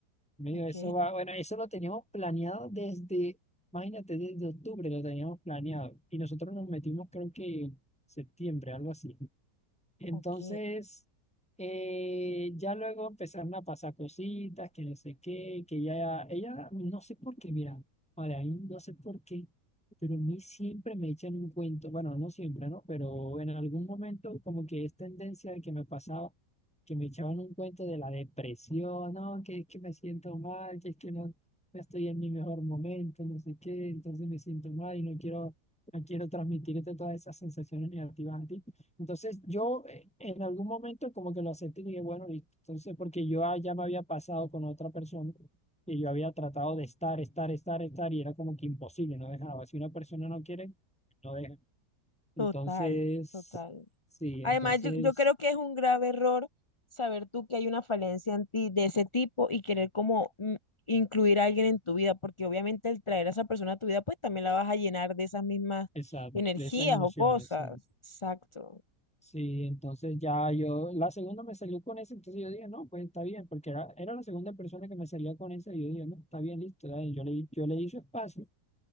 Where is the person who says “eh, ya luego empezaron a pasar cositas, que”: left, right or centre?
Centre